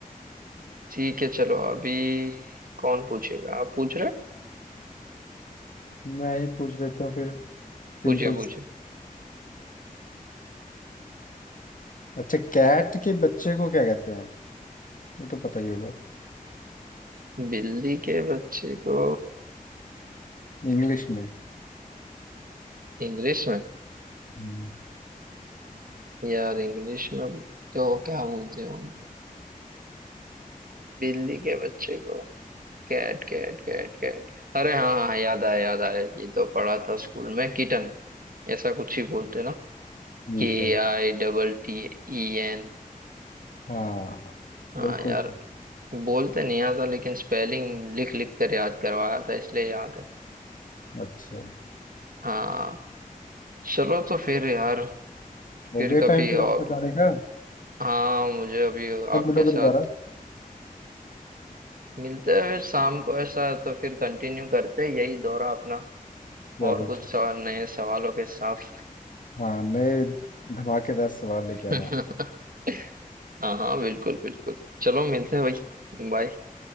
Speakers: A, on the right (about 70°); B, on the left (about 65°).
A: ठीक है चलो अभी कौन पूछेगा आप पूछ रहे
B: मैं ही पूछ लेता हूँ फिर
A: पूछे
B: सिंपल
A: पूछे
B: अच्छा कैट के बच्चे को क्या कहते हैं ये तो पता ही होगा
A: बिल्ली के बच्चे को
B: इंग्लिश में
A: इंग्लिश में
B: हम्म,
A: यार इंग्लिश में तो क्या बोलते होंगे बिल्ली के बच्चे को कैट कैट कैट कैट अरे हाँ हाँ याद आया याद आया ये तो पढ़ा था स्कूल में किटन ऐसा कुछ ही बोलते ना
B: ठीक
A: के
B: है
A: I double T E N
B: हाँ
A: हाँ
B: बिल्कुल
A: यार बोलते नहीं आता लेकिन स्पेलिंग लिख लिख कर याद करवाया था इसलिए याद है
B: अच्छा
A: हाँ चलो तो फिर यार
B: हो
A: फिर
B: गया
A: कभी
B: टाइम फिर आपका
A: और
B: जाने का
A: हाँ मुझे अभी
B: कब
A: आपके
B: मिलोगे
A: साथ
B: दोबारा
A: मिलते हैं फिर शाम को ऐसा है, तो फिर कंटिन्यू करते हैं यही दौरा अपना
B: चलो
A: और कुछ
B: ठीक
A: सवाल नए सवालों के साथ
B: हाँ नए धमाकेदार सवाल लेके आना
A: <laughs> हाँ हाँ बिल्कुल बिल्कुल चलो मिलते हैं भाई बाय